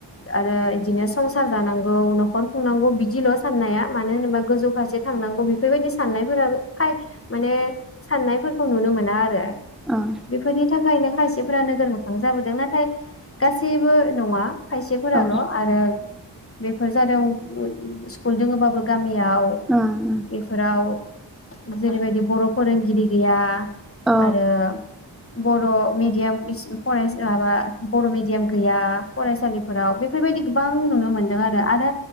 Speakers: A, on the left; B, in the centre.
A: आरो इदिनो संसार जानांगौ न'ख खर खुंनांगौ बिदिल' साननाया मानो होनबा गोजौ फारसे थांनांगौ बेफ फोरबायदि साननायफोराबो फाय माने साननायफोरखौ नुनो मोन ना आरो
B: ओं
A: बेफोरनि थाखाय नों खायसेफोरा नोगोर मोखां जाबोदों नाथाय थाय गासैबो नङा। खायसेफोराल'
B: औ
A: आरो बेफोर जादों स्कुल दोङोबाबो गामि याव
B: माने
A: बेफोराव जेरैबायदि बर' फोरोंगिरि गैया
B: ओ
A: आरो बर' मिडियाम पिस फरायसा माबा बर' मिडियाम गैया फरायसालि फोराव बे बेफोरबायदि गोबां नुनो मोनो। दों आरो आरो